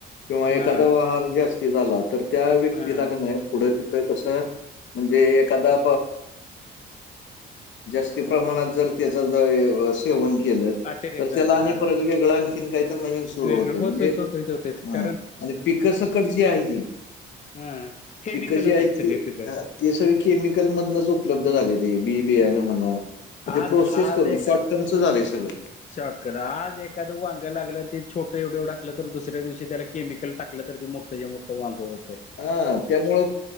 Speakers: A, on the left; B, on the left.
A: किंवा एखादा
B: हा
A: वाहार जे असती झाला तर त्या व्यक्तीला
B: हा
A: क नाही. पुढं तिथं कसं म्हणजे एखादा जास्ती प्रमाणात जर त्याच सेवन केलं
B: अतिरेक
A: तर
B: झालं
A: त्याला
B: हा
A: आणि परग वेगळं आणखीन काही तर नवीन सुरू
B: वेगळं
A: होते
B: होतच
A: म्हणजे
B: होतच होतच
A: हां.
B: कारण
A: आणि पिका सकडची आहे ती.
B: हा केमिकलच
A: पिकं जी
B: आहेत सगळे
A: ती
B: पिक.
A: ते सगळं केमिकल मधनच उपलब्ध झालेती बी
B: पिकं
A: बीयान म्हणा
B: आज
A: ते प्रोसेस
B: आज
A: करून
B: एका
A: शॉर्ट टर्मच झालंय सगळं.
B: शॉर्टकट आज एखादं वांग लागलं आणि ते छोटं एवढं एवढं असलं तर दुसऱ्या दिवशी त्याला केमिकल टाकलं तर ते मो लगे मोठं वांग होतय.
A: हा त्यामुळ